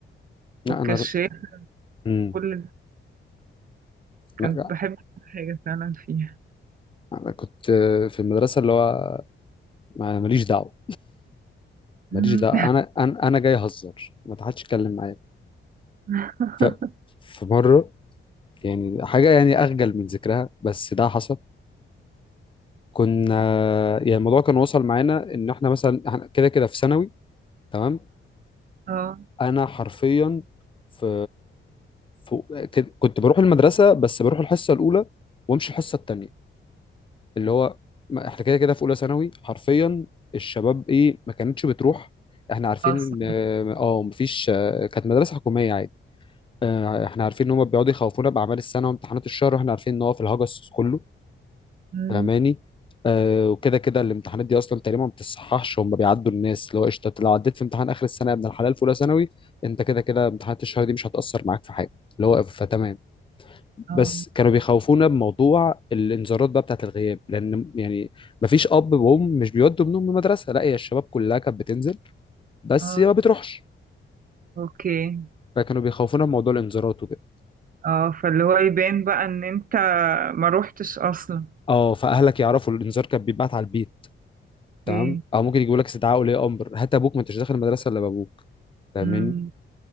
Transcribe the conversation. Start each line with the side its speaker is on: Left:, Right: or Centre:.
Left: لا
Right: والكشاف
Left: انا مم.
Right: كل
Left: لا
Right: كنت
Left: لا.
Right: بحب كل حاجة فعلا فيها
Left: انا كنت في المدرسه اللي هو ما- ماليش دعوه ماليش
Right: مم.
Left: دعوه انا انا انا جاي اهزر ما حدش يتكلم معايا
Right: <laughs>
Left: ف في مره يعني حاجه يعني اخجل من ذكرها بس ده حصل كنا يعني الموضوع كان وصل معانا ان احنا مثلا احنا كده كده في ثانوي تمام
Right: اه
Left: انا حرفيا في, في كد- كنت بروح المدرسه بس بروح الحصه الاولى وامشي الحصه الثانيه اللي هو ما- احنا كده كده في اولى ثانوي حرفيا الشباب ايه ما كانتش بتروح احنا عارفين
Right: اصلا
Left: ان اه مفيش كانت مدرسه حكوميه عادي آه، احنا عارفين ان هم بيقعدوا يخوفونا باعمال السنه وامتحانات الشهر واحنا عارفين ان هو في الهجس كله
Right: مم.
Left: فاهماني آه وكده كده الامتحانات دي اصلا تقريبا ما بتصححش هم بيعدوا الناس اللي هو قشطه لو عديت في امتحان اخر السنه يا ابن الحلال في اولى ثانوي انت كده كده امتحانات الشهر دي مش هتاثر معاك في حاجه اللي هو فتمام
Right: اه
Left: بس كانوا بيخوفونا بموضوع الانذارات بقى بتاعت الغياب لان يعني ما فيش اب وام مش بيودوا ابنهم المدرسه لا هي الشباب كلها كانت بتنزل بس
Right: اه
Left: ما بتروحش
Right: اوكي
Left: فكانوا بيخوفونا بموضوع الانذارات وكده
Right: اه فاللي هو يبان بقى ان انت ما روحتش اصلا
Left: اه فاهلك يعرفوا الانذار كان بيتبعت على البيت تمام
Right: اوكي
Left: او ممكن يجيبوا لك استدعاء ولي امر هات ابوك ما انتش داخل المدرسه الا بابوك فاهمني
Right: مم.